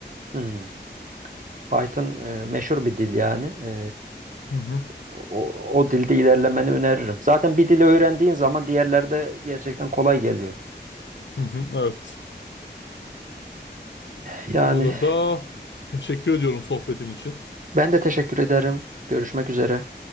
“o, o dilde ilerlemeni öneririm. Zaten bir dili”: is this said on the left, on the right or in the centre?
Right